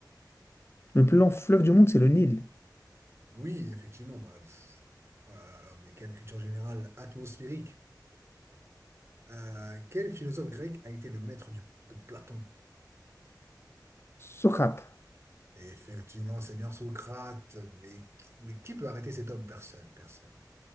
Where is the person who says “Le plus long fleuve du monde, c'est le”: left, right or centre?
Left